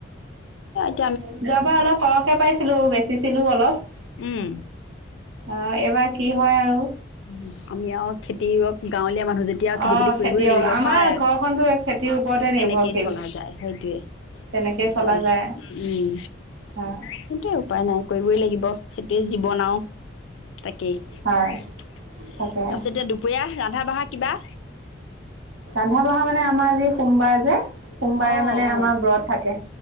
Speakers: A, on the left; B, on the right.
A: উম
B: যোৱাৰ পৰা অলপ সৰহে পাইছিলো বেচিছিলো অলপ।
A: উম
B: অ এইবাৰ কি হয় আৰু।
A: উ আমি আৰু খেতিক গাঁৱলীয়া মানুহ যেতিয়া আৰু খেতি
B: অ',
A: বাতি কৰিবই
B: খেতিয়ক
A: লাগিব
B: আমাৰ
A: হয়
B: ঘৰখনতো খেতিৰ ওপৰতে
A: তেনেকেই
B: নিৰ্ভৰশীল
A: চলা যায় সেইটোৱে
B: তেনেকেই
A: স
B: চলা যায়
A: উম
B: হয়।
A: সেইটোৱে উপায় নাই কৰিবই লাগিব সেইটোৱে জীৱন আৰুও তাকেই
B: হয়
A: তাৰপিছত
B: তাকে
A: এতিয়া দুপৰীয়া ৰান্ধা বঢ়া কিবা।
B: ৰন্ধা বঢ়া মানে আমাৰ আজি সোমবাৰ যে। সোমবাৰে
A: অঁ
B: মানে
A: অঁ
B: আমাৰ ব্ৰত থাকে